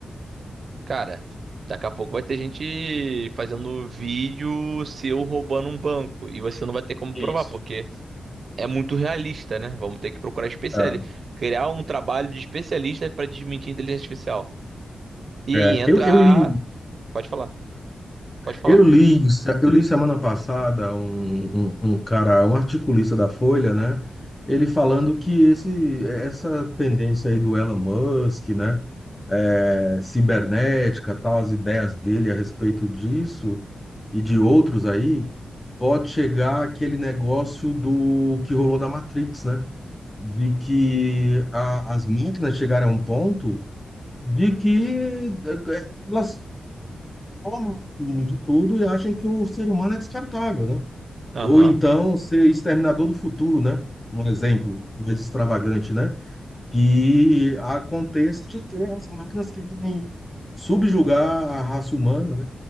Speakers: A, on the right; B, on the left.
A: Cara, daqui a pouco vai ter gente fazendo vídeo seu roubando um banco e você não vai ter como provar,
B: Isso.
A: porque é muito realista, né? Vamos ter que procurar especialista,
B: É,
A: criar um trabalho de especialista para desmentir a inteligência artificial. E
B: é,
A: aí entra
B: eu, eu li.
A: a... Pode falar, pode falar.
B: Eu li, eu li semana passada um, um, um cara, um articulista da Folha, né? Ele falando que esse, essa tendência aí do Elon Musk, né? é, cibernética, tal, as ideias dele a respeito disso e de outros aí, pode chegar aquele negócio do que rolou na Matrix, né? De que a- as máquinas chegaram a um ponto de que eh, elas tomam de tudo e acham que o ser humano é descartável, né?
A: Aham,
B: Ou então ser exterminador do futuro, né? Um exemplo mais extravagante, né? Que aconteça de ter as máquinas que tentem subjugar a raça humana, né?